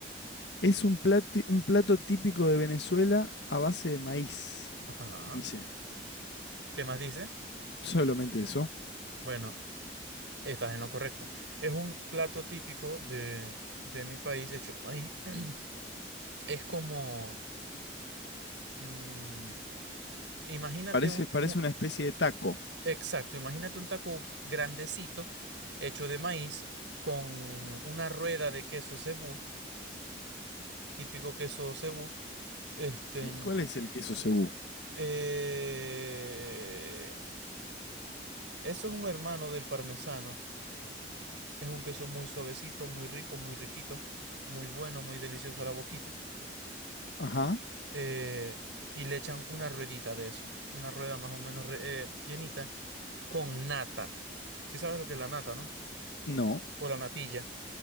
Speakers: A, on the left (about 70°); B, on the right (about 85°).
A: Es un plati- un plato típico de Venezuela a base de maíz,
B: Ajá.
A: dice.
B: ¿Qué más dice?
A: Solamente eso.
B: Bueno, estás en lo correcto. Es un plato típico de, de mi país. Hecho, de maíz. <clears throat> es como, mm, imagínate
A: Parece,
B: un,
A: parece
B: un-
A: una especie de taco.
B: exacto, imagínate un taco grandecito hecho de maíz con una rueda de queso cebú típico queso cebú. Este,
A: ¿Qué, cuál es el queso cebú?
B: eh, eso es un hermano del parmesano. Es un queso muy suavecito, muy rico, muy riquito, muy bueno, muy delicioso a la boquita.
A: Ajá.
B: Eh, y le echan una ruedita de eso, una rueda más o menos re- eh, llenita con nata. Si sabes lo que es la nata, ¿no?
A: No,
B: O la natilla.